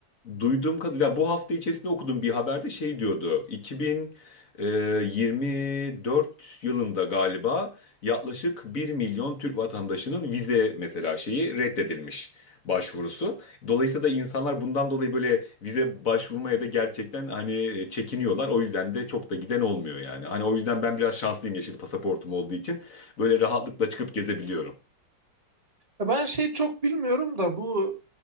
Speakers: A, on the left (about 50°); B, on the right (about 20°).
A: Duyduğum kadarıyla bu hafta içerisinde okudum bir haberde şey diyordu. 2024 yılında galiba yaklaşık bir milyon Türk vatandaşının vize mesela şeyi reddedilmiş başvurusu. Dolayısıyla da insanlar bundan dolayı böyle vize başvurmaya da gerçekten hani e, çekiniyorlar. O yüzden de çok da giden olmuyor yani. Hani o yüzden ben biraz şanslıyım yeşil pasaportum olduğu için böyle rahatlıkla çıkıp gezebiliyorum.
B: Ya ben şey çok bilmiyorum da bu